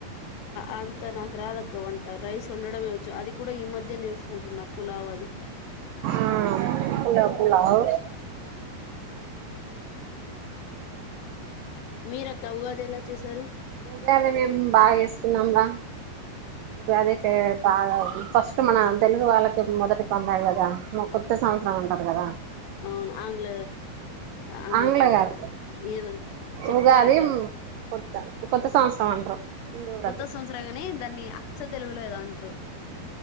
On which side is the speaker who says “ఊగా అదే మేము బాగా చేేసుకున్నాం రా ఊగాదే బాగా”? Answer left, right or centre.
Right